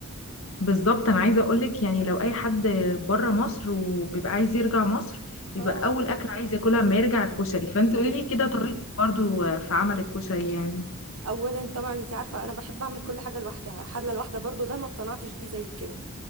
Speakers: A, on the left; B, on the right.
A: بالظبط انا عايزه اقولك يعني لو اي حد بره مصر وبيبقى عايز يرجع مصر بيبقى
B: اه
A: اول اكل عايز ياكلها ما يرجع الكشري فانت
B: الكشري.
A: قولي لي كده طريقتك برضو في عمل الكشري يعني
B: اولا طبعا انت عارفه انا بحب اعمل كل حاجه لوحدها حله لوحدها برضو ده ما اقتنعتش بيه زي كده